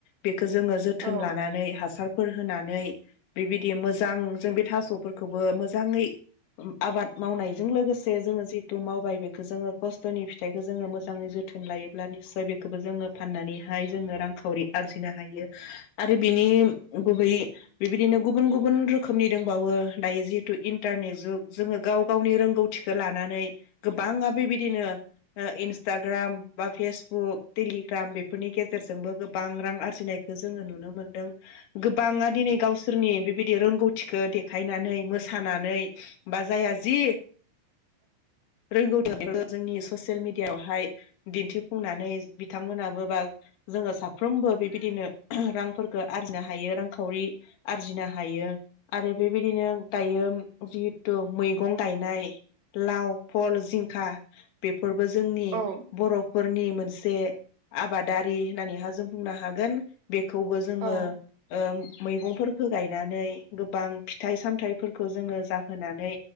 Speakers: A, on the left; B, on the right.
A: बे खो जोङो जोथोन
B: औ औ
A: लानानै हासार फोर होनानै बेबायदि मोजां जों बे थास'फोरखौबो मोजाङै आबाद मावनायजों लोगोसे जोङो जिहेतु मावबाय बेखो जोङो खस्थ'नि फिथाइखौ जोङो मोज जाङै जोथोन लायोब्ला निस्सय बेखौबो जोङो फाननानैहाय जोङो रांखावरि आरजिनो हायो। आरो बिनि गुबै बेबायदिनो गुबुन गुबुन रोखोमनि दंबावो दायो जिहेतु इन्टारनेट जुग जोङो गाव गावनि रोंगौथिखौ लानानै गोबाङा बेबायदिनो ओ इनस टाग्राम बा फेसबुक देलि ग्राम बेफोरनि गेजेरजोंबो गोब बां रां आरजिनायखौ जोङो नुनो मोन्दों गोबाङा दिनै गावसोरनि बेबायदि रोंगौथिखौ देखायनानै मोसानानै बा जायहा जि रोंगौथि जोंनि ससियेल मिडियायावहाय दिन्थिफुंनानै बिथांमोनाबो बा जोङो साफ्रोमबो बेबायदिनो रांफोरखो आरजिनो हायो रांखावरि आरजिनो हायो आरो बेबायदिनो दायो जिहेथु मैगं गायनाय लाव फल जिंखा फोरबो जोंनि
B: औ औ
A: बर' फोरनि मोनसे आबादारि होननानैहा जों बुंनो हागोन। बेखौबो
B: औ
A: जोङो
B: औ
A: ओ मैगंफोरखौ गायनानै गोबां फिथाइ सामथाइफोरखौ जोङो जाहोनानै